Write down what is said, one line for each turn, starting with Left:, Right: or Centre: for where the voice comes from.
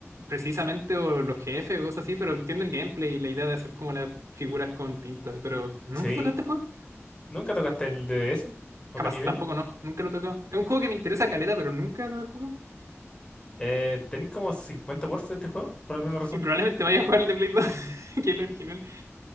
Right: precisamente o los jefes o cosas así, pero entiendo el gameplay y la idea de hacer como las figuras con tinta. Pero nunca
Left: Sí.
Right: he tocado este juego.
Left: ¿Nunca tocaste el DDS? o
Right: Jamás,
Left: Den?
Right: tampoco no, nunca lo he tocado. Es un juego que me interesa caleta, pero nunca lo he jugado.
Left: Eh, ¿tenéis como 50 ports de este juego? Por alguna razón.
Right: Y probablemente vaya a jugar el de Play 2, <laughs> que es el original.